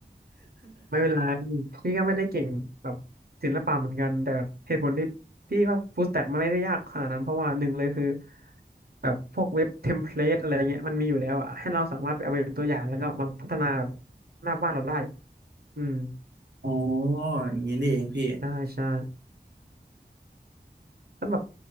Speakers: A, on the right (about 60°); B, on the right (about 80°).
A: ไม่เป็นไรพี่ก็ไม่ได้เก่งแบบศิลปะเหมือนกันแต่เหตุผลที่พี่ว่าฟู l ส t ต็กมันไม่ได้ยากขนาดนั้นเพราะว่าหนึ่งเลยคือแบบพวกเว็บเทมเพลตอะไรเงี้ยมันมีอยู่แล้วอะให้เราสามารถไปเอาเป็นตัวอย่างแล้วก็มาพัฒนาหน้าบ้านเราได้อืม
B: <laughs> อ๋ออย่างนี้นี่เองพี่
A: ใช่ใช่แล้วแบบ